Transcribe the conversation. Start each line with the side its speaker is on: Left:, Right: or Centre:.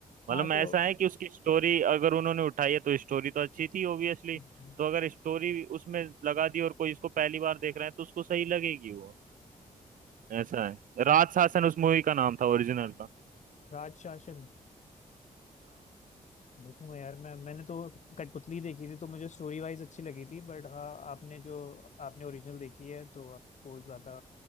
Left: हाँ
Right: मतलब
Left: तो
Right: ऐसा है कि उसकी स्टोरी अगर उन्होंने उठाई है तो स्टोरी तो अच्छी थी ओबियसली
Left: हम्म,
Right: तो अगर स्टोरी उसमें लगा दी और कोई इसको पहली बार देख रहा है तो उसको सही लगेगी वो ऐसा है राज शासन उस मूवी का नाम था ओरिजिनल का
Left: राज शासन देखूंगा यार मैं मैंने तो कठपुतली देखी थी तो मुझे स्टोरी वाइज अच्छी लगी थी बट हाँ आपने जो आपने ओरिजिनल देखी है तो आपको ज्यादा